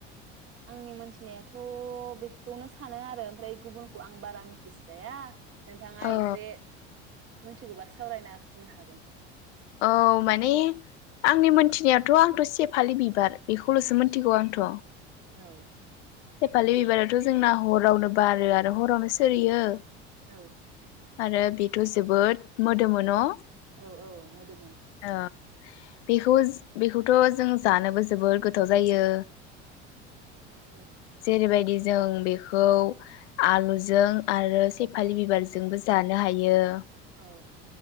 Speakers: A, on the right; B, on the left.
A: आंनि मोनथिनायाथ' बेखौनो सानो आरो ओमफ्राय गुबुनखौ आं बारा मिथिस्राया। नोंथाङा
B: औ
A: एसे मोनथिगौबा सावरायना होनो हागोन।
B: औ माने आंनि मोनथिनायावथ' आंथ' सेफालि बि बिबार बेखौल'सो मिथिगौ आंथ'
A: औ
B: सेफालि बिबाराथ' जोंना हरावनो बारो आरो हरावनो सोरियो
A: औ
B: आरो बेथ' जोबोद मोदोमोनो न'?
A: औ औ मोदोमो
B: औ बेखौ बेखौथ' जों जानोबो जोबोर गोथाव जायो।
A: औ
B: जेबायदि जों बेखौ आलुजों आरो सेफालि बिबारजोंबो जानो हायो।
A: औ